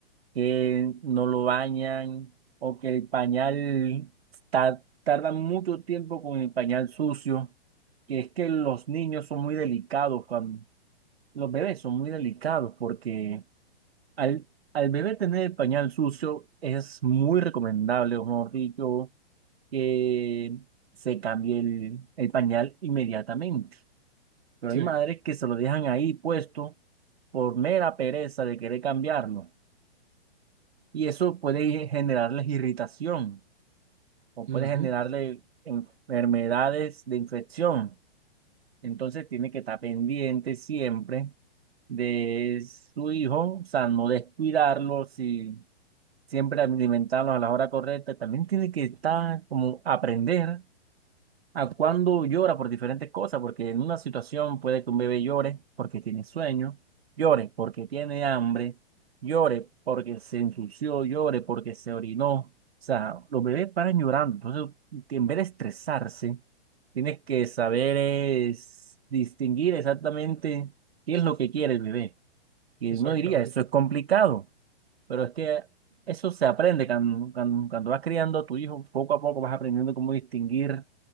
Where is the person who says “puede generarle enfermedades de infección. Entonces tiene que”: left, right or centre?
Right